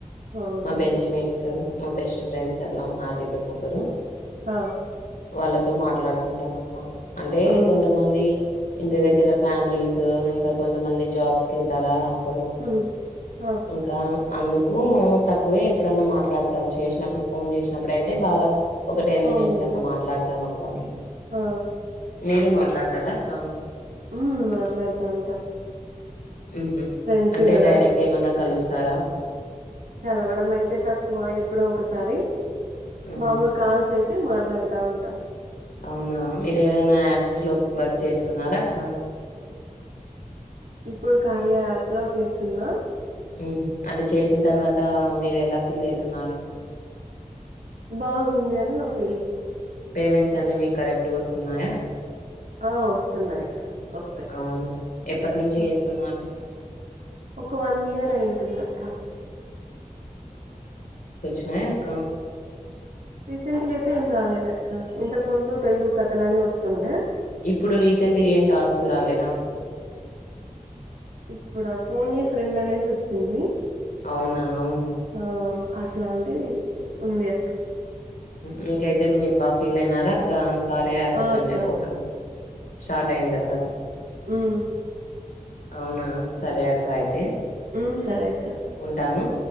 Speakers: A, on the right; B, on the left.
A: అవునులేండి
B: మా బెంచ్ మేట్స్. మా బెస్ట్ ఫ్రెండ్స్ ఎలా ఉన్నారు? ఇద్దరు ముగ్గురు
A: ఆ
B: వాళ్ళతో మాట్లాడుతుంటాం అక్క. అంటే
A: అవును
B: కొంతమంది ఇంటి దగ్గర ఫ్యామిలీస్ ఇంకా కొంతమంది జాబ్స్ కెళ్తారా? రు
A: ఉమ్ ఆ
B: ఇంకా అందుకు తక్కువే ఎప్పుడన్నా మాట్లాడతాం. చేసినప్పుడు ఫోన్ చేసినప్పుడు అయితే బాగా ఒక టెన్
A: అవునులేండి
B: మినిట్స్ అట్లా
A: అక్
B: మాట్లాడతా మ అ
A: ఆ
B: మీరు మాట్లాడతారా అక్క
A: ఉ మాట్లాడుతా ఉంటాం.
B: ఉహు
A: ఫ్రెండ్స్
B: అంటే
A: కదా
B: డైరెక్ట్ ఏమన్నా కలుస్త తర
A: కలవడం అయితే తక్కువ ఎప్పుడు ఒకసారి
B: ఉహు
A: మామూలు కాల్స్ అయి అయితే మాట్లాడుతా ఉంటా.
B: అవునా మీరు ఏదైనా యాప్స్ లో వర్క్ చేస్తున్నారా అక్క.
A: ఇప్పుడు కార్యా యాప్ లో చేస్తున్న
B: ఉహు అది చేసిన తర్వాత మీరు ఎలా ఫీల్ అయితున్నారు.
A: బాగుంది అని నా ఫీలింగ్.
B: పేమెంట్స్ అన్ని మీకు కరెక్ట్గా వస్తున్నాయా?
A: ఆ వస్తున్నాయి అక్క వస్తున్నాయి.
B: అవునా ఎప్పటినుంచి
A: వస్తాయి
B: చేస్తున్నారు?
A: అ ఒక వన్ ఇయర్ అయింటుంది అక్క.
B: స్నాయా అక్క
A: రీసెంట్గా అయితే ఏం రాలేదు అక్క. ఇంతకు ముందు తెలుగు కథలని వస్తుండే.
B: ఇప్పుడు రీసెంట్గా ఏం టాస్క్ రాలేదా?
A: ఇప్పుడు ఆ ఫోనె ఫ్రెండ్ అనేసి వచ్చింది
B: అవునా అవును
A: ఆ అట్లాంటిది ఉంది అక్క.
B: మీకయితే మీరు బాగా ఫీల్ అయినారా అక్క !!!!!!!!!!
A: ఆ
B: ఓపన్జె
A: అక్క
B: ఓపన్ స్టార్ట్ అయిన తర్వాత
A: ఉహ్మ్
B: అవునా సరే అక్క అయితే.
A: ఉహ్మ్ సరే అక్క
B: ఉంటాను.